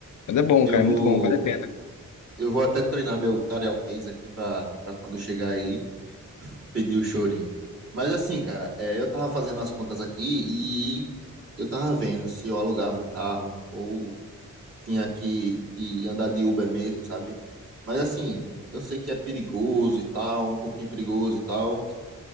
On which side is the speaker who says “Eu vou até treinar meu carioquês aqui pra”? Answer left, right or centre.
Right